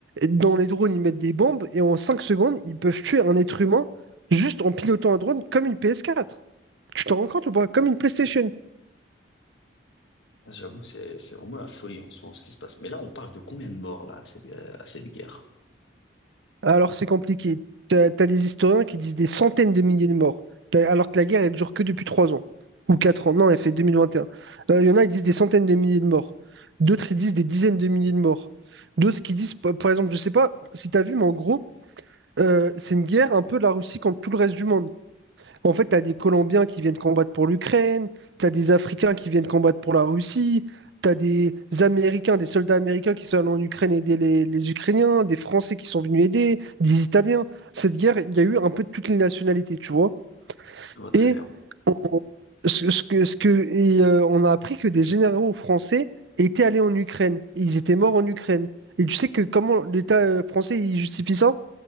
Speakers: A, on the right; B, on the left.
A: Dans les drones, ils mettent des bombes et en 5 secondes, ils peuvent tuer un être humain juste en pilotant un drone comme une PS4. Tu t'en rends compte ou pas? Comme une PlayStation.
B: Ah, J'avoue que c'est, c'est vraiment la folie en ce moment, ce qui se passe. Mais là, on parle de combien de morts, là, à cette, euh, à cette guerre?
A: Alors c'est compliqué. T'as, t'as des historiens qui disent des centaines de milliers de morts, T'as- alors que la guerre, elle dure que depuis 3 ans ou 4 ans. Non, elle fait 2021. Euh, Il y en a, ils disent des centaines de milliers de morts. D'autres, ils disent des dizaines de milliers de morts. D'autres qui disent, par par exemple, je sais pas si t'as vu, mais en gros, euh, c'est une guerre un peu de la Russie contre tout le reste du monde. En fait, tu as des Colombiens qui viennent combattre pour l'Ukraine, tu as des Africains qui viennent combattre pour la Russie, tu as des Américains, des soldats américains qui sont allés en Ukraine aider les, les Ukrainiens, des Français qui sont venus aider, des Italiens. Cette guerre, il y a eu un peu de toutes les nationalités, tu vois.
B: Je vois très
A: Et
B: bien
A: on, ce, ce que, ce que, et, euh, on a appris que des généraux français étaient allés en Ukraine. Et ils étaient morts en Ukraine. Et tu sais que comment l'État euh, français il justifie ça?